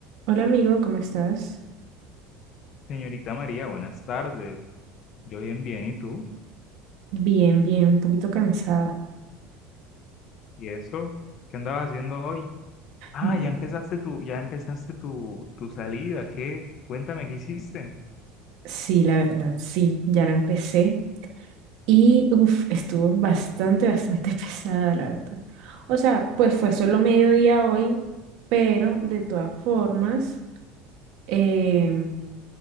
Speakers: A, on the right; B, on the left.
A: Hola amigo, ¿cómo estás?
B: Señorita María, buenas tardes. Yo bien, bien, ¿y tú?
A: Bien, bien, un poquito cansada.
B: ¿Y eso? ¿Qué andabas haciendo hoy? Ah,
A: Mm,
B: ya empezaste tu, ya empezaste tu, tu salida. ¿Qué? Cuéntame, ¿qué hiciste?
A: Sí, la verdad, sí, ya la empecé y uf, estuvo bastante, bastante <laughs> pesada, la verdad. O sea, pues fue solo mediodía hoy, pero de todas formas, em,